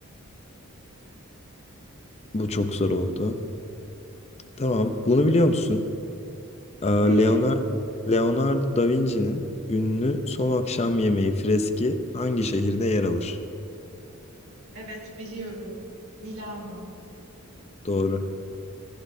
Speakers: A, on the left; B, on the right.
A: bu çok zor oldu. Tamam, bunu biliyor musun? Aa,
B: Neyi?
A: Leonardo, Leonardo da Vinci'nin ünlü Son Akşam Yemeği freski hangi şehirde yer alır?
B: Evet biliyorum. Milano.
A: Doğru.